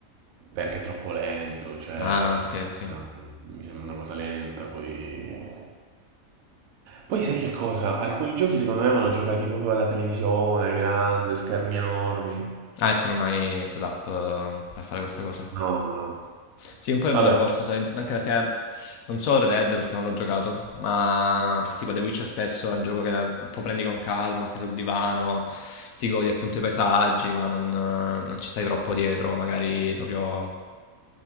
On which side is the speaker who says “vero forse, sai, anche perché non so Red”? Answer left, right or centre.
Left